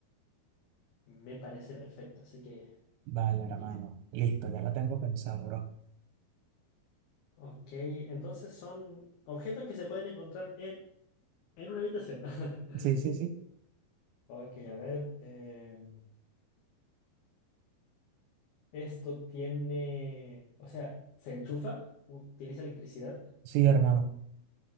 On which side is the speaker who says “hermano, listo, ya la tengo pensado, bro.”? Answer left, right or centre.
Right